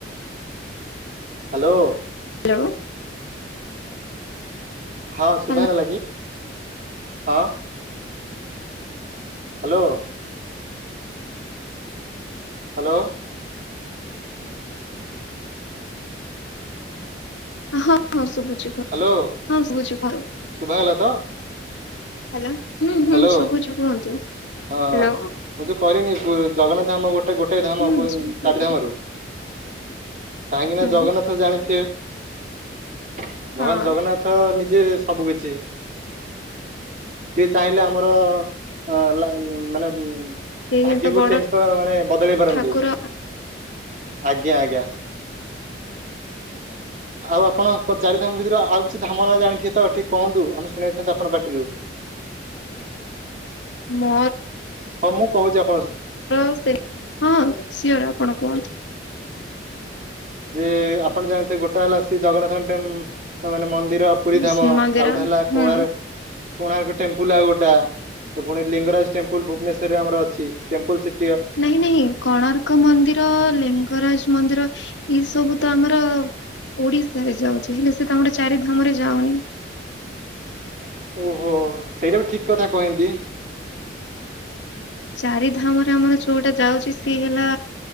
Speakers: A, on the right (about 45°); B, on the left (about 85°).
A: ହ୍ୟାଲୋ।
B: ହ୍ୟାଲୋ।
A: ହଁ ଶୁଭାଗଲାଗି,
B: ହ୍ୟାଲୋ
A: ହଁ। ହ୍ୟାଲୋ। ହ୍ୟାଲୋ।
B: ହଁ ହଁ ଶୁଭୁ ଛି
A: ହ୍ୟାଲୋ
B: ହଁ ଶୁଭୁଛି କୁହନ୍ତୁ,
A: ଶୁଭାଗଲା ତ
B: ହ୍ୟାଲୋ। ହୁଁ-ହୁଁ
A: ହ୍ୟାଲୋ
B: ଶୁଭୁଛି, କୁହନ୍ତୁ।
A: ହଁ
B: ହ୍ୟାଲୋ
A: ମୁଁ ଯେ କହିଲିନି ପୁ ଜଗନ୍ନାଥ ଧାମ ଗୋଟେ ଗୋଟେ
B: ହୁଁ
A: ଧାମ ଚାରି
B: ଶୁଭୁଛି କୁହନ୍ତୁ।
A: ଧାମରୁ। କାହିଁକି
B: ହୁଁ
A: ନା ଜଗନ୍ନାଥ ଜାଣିଥିବେ। ଭଗବାନ
B: ହଁ
A: ଜଗନ୍ନାଥ ନି ଜେ ସବୁ କିଛି, ସିଏ ଚାହିଁଲେ ଆମର ଲା ମାନେ
B: ସେ
A: ଭାଗ୍ୟକୁ
B: ହିଁ ତ ବଡ
A: ଚେଞ୍ଜ୍ କରା ମାନେ ବଦଳେଇ ପାରନ୍ତି।
B: ଠାକୁର
A: ଆଜ୍ଞା ଆଜ୍ଞା। ଆଉ ଆପଣ ତ ଚାରିଧାମ ଭିତରୁ ଆଉ କିଛି ଧାମ ନାଁ ଜାଣିଥିବେ ତ ଟିକେ କୁହନ୍ତୁ ଆମେ ଶୁଣିବାକୁ ଚାହୁଁଛୁ ଆପଣଙ୍କ ପାଟିରୁ।
B: ମୋର୍
A: ହଁ ମୁଁ କହୁଛି ଆପ୍
B: <inaudible> ସେ ହଁ ସିଓର୍, ଆପଣ କୁହନ୍ତୁ।
A: ଯେ ଆପଣ ଜାଣିଥିବେ ଗୋଟେ ହେଲା ସେ ଜଗନ୍ନାଥଙ୍କ ଟେ ମାନେ ମନ୍ ମନ୍ଦିର ପୁରୀ ଧାମ
B: ଶ୍ରୀମନ୍ଦିର
A: ଆଉ ଗୋଟେ ହେଲା କୋଣାର୍କ
B: ହୁଁ
A: କୋଣାର୍କ ଟେମ୍ପଲ ଆଉ ଗୋଟା, ତ ପୁଣି ଲିଙ୍ଗରାଜ ଟେମ୍ପଲ ଭୁବନେଶ୍ଵରରେ ଆମର ଅଛି, ଟେମ୍ପଲସି
B: ନାଇଁ ନାଇଁ କୋଣାର୍କ ମନ୍ଦିର ଲିଙ୍ଗରାଜ ମନ୍ଦିର ଏଇ ସବୁ ତ ଆମର ଓଡିଶାରେ ଯାଉଛି ହେଲେ ସେ ତ ଆମର ଚାରି ଧାମରେ ଯାଉନି।
A: <inaudible> ଓହୋଃ, ସେଇଟା ବି ଠିକ୍ କଥା କହିନ୍ତି।
B: ଚାରି ଧାମରେ ଆମର ଯୋଉଟା ଯାଉଛି ସିଏ ହେଲା